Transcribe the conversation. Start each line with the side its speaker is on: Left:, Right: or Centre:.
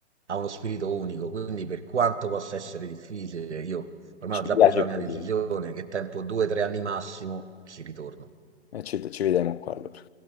Right: ha uno spirito unico, quindi per quanto possa essere difficile, io ormai
Left: Ci
Right: ho già
Left: piace
Right: preso la
Left: così.
Right: mia decisione, che tempo due, tre anni massimo ci ritorno.
Left: E ci, ci vediamo qua allora.